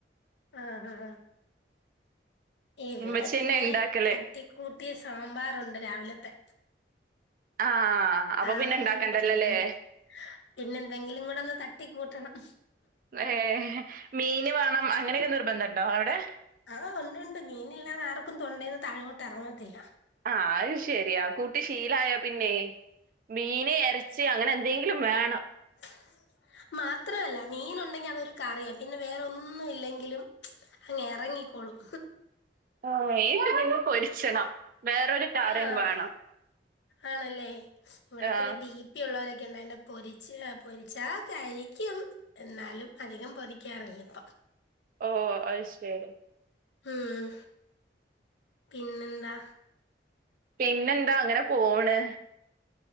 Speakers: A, on the left; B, on the right.
A: ആഹ് ഹ ഹാ. ഇവടെ
B: ഉമ്മച്ചി
A: പിന്നെ
B: തന്നെ ഇണ്ടാക്കല്
A: തട്ടി കൂട്ടി സാമ്പാറുണ്ട് രാവിലത്തെ.
B: ആഹ്. അപ്പൊ
A: ആ
B: പിന്നെ ഇണ്ടാക്കണ്ടെല്ലൊ
A: പിന്നെ
B: ല്ലേ.
A: പിന്നെ എന്തെങ്കിലും കൂടെ ഒന്ന് തട്ടിക്കൂട്ടണം.
B: ഏഹ് മീന് വേണം അങ്ങനെയൊക്കെ നിർബന്ധണ്ടോ അവിടെ?
A: ആഹ് ഉണ്ടുണ്ട് മീനില്ലാതെ ആർക്കും തൊണ്ടേന്ന് താഴോട്ട് എറങ്ങത്തില്ല.
B: ആഹ് അത് ശരിയാ കൂട്ടി ശീലായാ പിന്നേ, മീന് ഇറച്ചി അങ്ങനെ ന്തേങ്കിലും വേണം.
A: അ മാത്രവല്ല മീനുണ്ടെങ്കി അതൊരു കറിയാ പിന്നെ വേറെ ഒന്നും ഇല്ലെങ്കിലും അങ്ങെറങ്ങിക്കോളും.
B: ഓഹ് <inaudible> പൊര്ച്ചണം വേറൊരു കറിയും
A: ആഹ്
B: വേണം.
A: ആണല്ലേ ഇവടെ
B: ആഹ്
A: പിന്നെ ബീ പി യുള്ളവരൊക്കെണ്ട്. അയോണ്ട് പൊരിച്ച് പൊരിച്ചാ കഴിക്ക്യും. എന്നാലും അധികം പൊതിക്കാറില്ല ഇപ്പം
B: ഓഹ് അത് ശരി
A: ഉം പിന്നെന്താ
B: പിന്നെന്താ അങ്ങനെ പോണ്